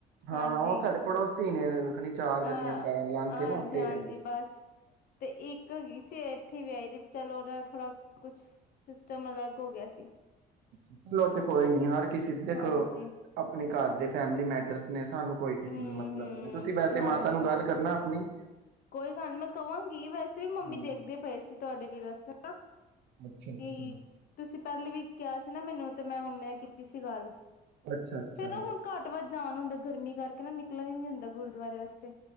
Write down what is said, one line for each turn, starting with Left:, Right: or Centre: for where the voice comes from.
Right: ਹਾਂ
Left: ਹਾਂਜੀ
Right: ਹਾਂ ਉਹ ਸਾਡੇ ਪੜੋਸੀ ਨੇ ਕੁ ਨੀ ਚਾਰ ਗਲੀਆਂ
Left: ਹਾਂ
Right: ਕ ਲੰਘ
Left: ਹਾਂਜੀ
Right: ਕੇ ਨਾ ਉੱਥੇ
Left: ਹਾਂਜੀ
Right: ਹੀ ਰਹਿੰਦੇ
Left: ਬਸ ਤੇ ਇੱਕ ਹੈਗੀ ਸੀ ਇੱਥੇ ਵਿਆਹੀ <unintelligible> ਥੋੜਾ ਕੁਛ <unintelligible> ਜਮਾ ਅਲੱਗ ਹੋ ਗਿਆ ਸੀ।
Right: ਚਲੋ ਐ ਤੇ ਕੋਈ ਨੀ ਹਰ ਕਿਸੇ ਦੀ ਦੇਖੋ-
Left: ਹਾਂਜੀ
Right: ਆਪਣੇ ਘਰ ਦੇ ਫੈਮਲੀ ਮੈ ਟਰਸ ਮੇ, ਸਾਨੂੰ ਕੋਈ ਕਿਸੇ
Left: ਹੂੰ-ਹੂੰ
Right: ਨਾਲ ਮਤਲਬ ਨੀ, ਤੁਸੀਂ ਵੈਸੇ
Left: ਹਾਂਜੀ।
Right: ਮਾਤਾ ਨੂੰ ਗੱਲ ਕਰਨਾ ਆਪਨੀ।
Left: ਕੋਈ ਗੱਲ ਨੀ ਮੈਂ ਕਵਾਂਗੀ ਵੈਸੇ ਮੰਮੀ
Right: ਹਮ
Left: ਦੇਖਦੇ ਪਏ ਸੀ ਤੁਹਾਡੇ ਵੀਰ ਵਾਸਤੇ ਨਾ ਕਿ
Right: ਅੱਛਾ ਅੱਛਾ
Left: ਤੁਸੀਂ ਪਹਿਲੇ ਵੀ, ਕਿਆ ਸੀ ਨਾ ਮੈਨੂੰ ਤੇ ਮੈਂ ਮੰਮੀ ਨਾਲ ਕੀਤੀ ਸੀ ਗੱਲ।
Right: ਅੱਛਾ ਅੱਛਾ
Left: ਫੇਰ ਨਾ ਹੁਨ ਘੱਟ ਵੱਦ ਜਾਨਾ ਹੁੰਦਾ ਗਰਮੀ ਕਰਕੇ ਨਾ ਨਿਕਲਨ ਈ ਨੀ ਹੁੰਦਾ, ਗੁਰਦੁਆਰੇ ਵਾਸਤੇ। ਫੇਰ